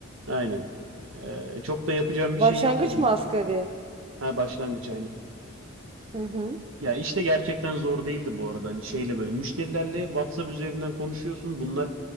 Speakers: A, on the right; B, on the right.
A: Aynen. Ee, çok da yapacağım
B: Başlangıç
A: bir şey yok dedim.
B: mı asgari?
A: Ha başlangıç aynen.
B: Hı hı.
A: Ya işte gerçekten zor değildi bu arada. Hani şeyle böyle müşterilerle WhatsApp üzerinden konuşuyorsun. Bunlar